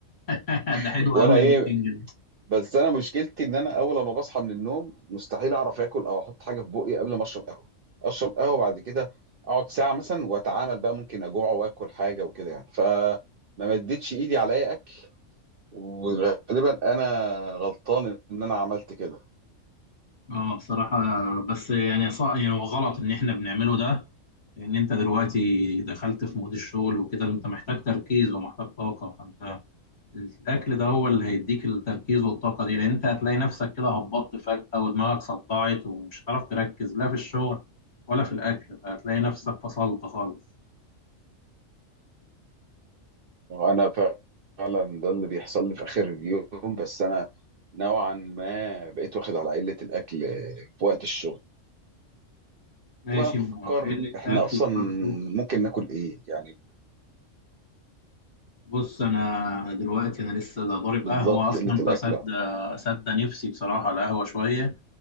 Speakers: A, on the left; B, on the right.
A: <laughs>
B: <laughs>
A: ده حلو
B: وأنا
A: قوي
B: إيه
A: الميتنج ده
B: بس انا مشكلتي ان انا اول ما بصحى من النوم مستحيل اعرف اكل او احط حاجه في بقي قبل ما اشرب قهوه اشرب قهوه بعد كده اقعد ساعه مثلا واتعامل بقى ممكن اجوع واكل حاجه وكده يعني فما مدتش ايدي على اي اكل وغالبا انا غلطان ان انا عملت كده
A: اه بصراحه بس يعني صا يعني هو غلط ان احنا بنعمله ده لان انت دلوقتي دخلت في مود الشغل وكده انت محتاج تركيز ومحتاج طاقه فانت الاكل ده هو اللي هيديك التركيز والطاقه دي لان انت هتلاقي نفسك كده هبطت فجاه ودماغك صدعت ومش هتعرف تركز لا في الشغل ولا في الاكل فهتلاقي نفسك فصلت خالص
B: انا فعلا ده اللي بيحصل لي في اخر اليوم بس انا نوعا ما بقيت واخد على قله الاكل في وقت الشغل
A: ماشي
B: بقى نفكر
A: ما قله
B: احنا
A: اكل
B: اصلا
A: برضه
B: ممكن ناكل ايه يعني
A: بص انا دلوقتي انا لسه ده ضارب
B: بالظبط
A: قهوه اصلا
B: قله الاكل
A: فسد سد نفسي بصراحه القهوه شويه